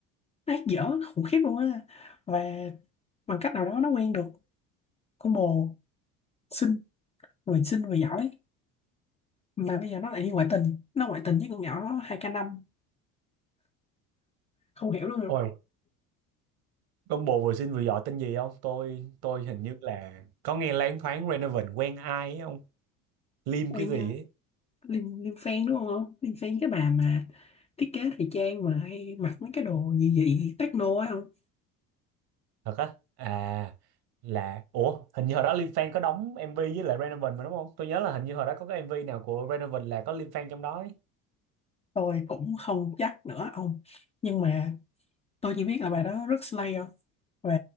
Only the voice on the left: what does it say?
nó hát dở khủng khiếp luôn á và bằng cách nào đó nó quen được con bồ xinh người xinh người giỏi mà bây giờ nó lại đi ngoại tình nó ngoại tình với con nhỏ hai k năm không hiểu luôn
quen
Liêm Liêm Phen đúng không? Liêm Phen cái bà mà thiết kế thời trang mà hay mặc mấy cái đồ gì dị techno á không?
Tôi cũng không chắc nữa ông. Nhưng mà tôi chỉ biết là bà đó rất slay không? Và